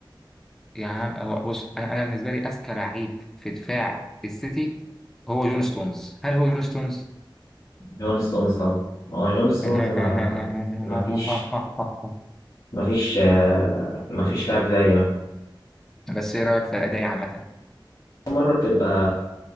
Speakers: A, in the centre; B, on the left (about 60°).
A: يعني عم- هو بص انا أنا بالنسبة لي اذكى لعيب في دفاع السيتي هو جون ستونز هل هو جون ستونز؟
B: جون ستونز طبعا ما هو جون ستونز
A: <laughs>
B: ما ما فيش ما فيش آه ما فيش لاعب زيه يعني
A: بس ايه رايك في ادائي عامه
B: مرة بتبقى